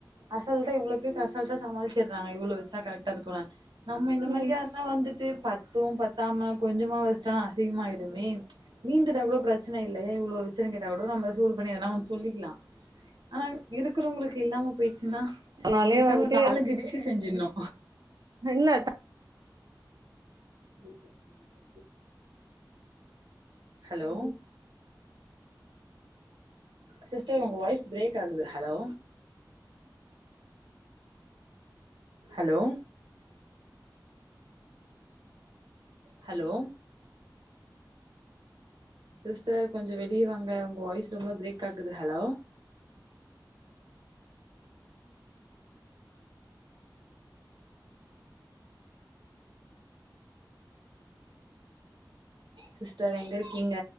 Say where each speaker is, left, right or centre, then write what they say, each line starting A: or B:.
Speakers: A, on the right (about 75°); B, on the right (about 55°).
A: அசால்ட்டா இவ்வுளத்தயும் அசால்ட்டா சமாளிச்சுடுறாங்க இவ்வளவ் வச்சா கரெக்டா இருக்குனு நம்ம இந்த மாதிரி
B: ம்
A: யாருல்லா வந்துட்டு பத்து பத்தாம கொஞ்சமா வச்சா அசிங்கமாயிடுமே மீந்துட்டா கூட பிரச்சன இல்லை இவ்ளோ வெச்சனு கேட்டா கூட நம்ம சூடு பண்ணி எதன்னா ஒன்னு சொல்லிக்கலா ஆனா இருக்கிறவங்களுக்கு இல்லாம போயிடுச்சுன்னா
B: அதனாலயே
A: பேசாம
B: வந்து
A: ஒரு நாலு அஞ்சு டிஷ் செஞ்சிருனு
B: என்ன தா
A: <inaudible> ஹலோ சிஸ்டர் உங்க வாய்ஸ் பிரேக் ஆகுது ஹலோ ஹலோ ஹலோ சிஸ்டர் கொஞ்சோ வெளியவாங்க உங்க வாய்ஸ் ரொம்ப பிரேக் ஆகுது ஹலோ சிஸ்டர் எங்க இருக்கீங்க